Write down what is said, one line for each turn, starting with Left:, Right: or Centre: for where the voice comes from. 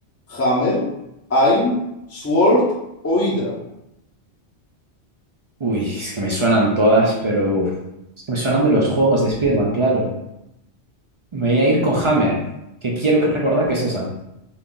Left: ¿Hammer, AIM, SWORD o Hydra?
Right: Uy, es que me suenan todas, pero uf, es que me suenan de los juegos de Spider-Man, claro. Me voy a ir con Hammer, que quiero que- recordar que es esa.